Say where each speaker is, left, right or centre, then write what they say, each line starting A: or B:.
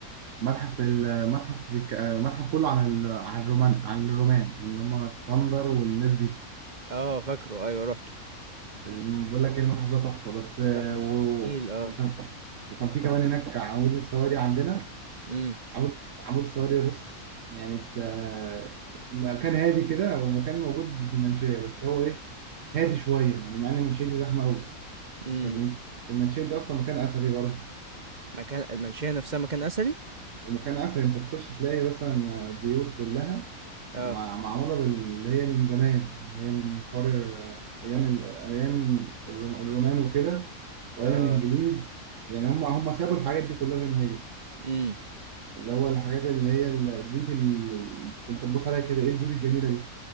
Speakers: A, on the right (about 65°); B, on the right (about 40°).
A: متحف المتحف بك... آه، متحف كله عن ال... عن الرومان عن الرومان يعني اللي هم اسكندر والناس دي
B: آه فاكره أيوه رُحته،
A: بقول لك ايه المتحف ده تحفة بس آه،
B: كان
A: و...
B: كان جميل آه،
A: وكان وكان في كمان هناك عمود السواري عندنا
B: إمم،
A: عمود عمود السواري ده بص يعني ت... آه، مكان هادي كده ومكان موجود في المنشية بس هو ايه هادي شوية يعني مع ان المنشية دي زحمة قوي
B: إمم،
A: انت المنشية دي اصلا مكان اثري برضه
B: مكان المنشية نفسها مكان أثري؟
A: المكان اسهل انت تخش تلاقي مثلا بيوت كلها مع-
B: آه،
A: معموله باللي هي من زمان اللي هي من حوار ال- ايام ال- ايام الروم- الرومان وكده وايام
B: آه،
A: الانجليز يعني هم هم سابوا الحاجات دي كلها زي ما هي
B: إمم،
A: اللي هو الحاجات اللي هي البيوت اللي انت تبص عليها كده ايه البيوت الجميله دي